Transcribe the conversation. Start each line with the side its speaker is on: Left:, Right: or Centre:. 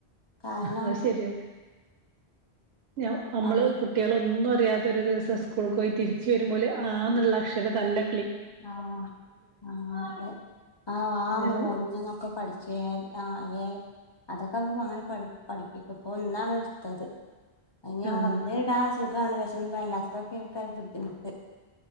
Left: കാരണം
Right: അത് ശരിയാ ഞാ ഞമ്മള്
Left: അവ
Right: കുട്ട് കുട്ട്യോളൊന്നും അറിയാതൊരു ദിവസം സ്കൂള്ക്ക് പോയി തിരിച്ചു വരുമ്പോല് ആന്ന്ള്ള അക്ഷരം നല്ലെ
Left: ആഹ് ആഹ് അതെ ആഹ് വാന്നും
Right: ഞാൻ
Left: ഒന്നൂന്നൊക്കെ പഠിച്ചു പോയാല് ആഹ് ഏ അതൊക്കെ അങ്ങനെ പഠി പഠിപ്പിക്കും ഇപ്പോ ഇന്നാണ് ഇടുത്തത്. അയ്ന് ‌ഞാൻ
Right: ആഹ്
Left: ഒന്നില് ഇടാൻ സുഗാണ് പക്ഷെ ഇനി അല്ലാത്തതൊക്കായിക്കാരം ഇൻക്ക് ബുദ്ധിമുട്ട്.